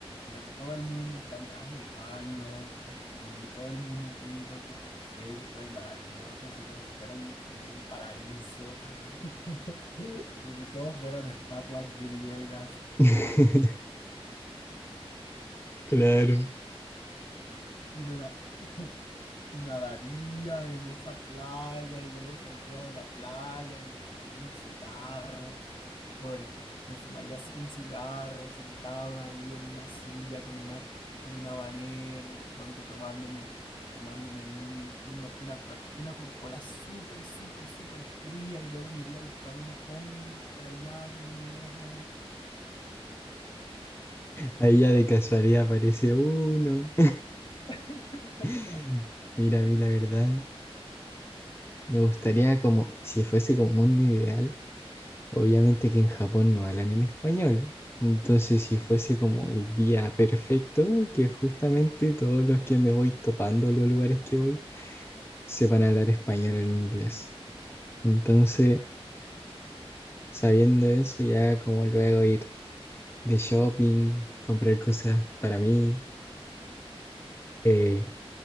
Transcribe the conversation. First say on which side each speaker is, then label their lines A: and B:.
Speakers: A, on the left (about 50°); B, on the left (about 25°).
A: en la que todo el mundo está en traje de baño, y todo el mundo tiene un cuerpo perfecto y maravilloso, así como si fuera un, como un paraíso, <laughs> como si todos fueran estatuas griegas,
B: <laughs>
A: y,
B: Claro.
A: y me la- <laughs> y nadaría en esa playa y luego saldría de la playa y me fumaría un cigarro por, me fumaría ci- un cigarro sentado ahí en una silla con una, con un habanero y de pronto tomándome, tomándome un, uno- una Coca- una Coca-Cola súper, súper, súper fría y luego me iría a buscar unos hongos por allá bien lejos. en-
B: Ahí ya de casualidad aparece uno.
A: <laughs>
B: <laughs> Mira, a mí la verdad, me gustaría como, si fuese como mundo ideal, obviamente que en Japón no hablan en español. Entonces, si fuese como el día perfecto, que justamente todos los que me voy topando los lugares que voy sepan hablar español o en inglés. Entonces, sabiendo eso, ya como luego ir de shopping, comprar cosas para mí. eh,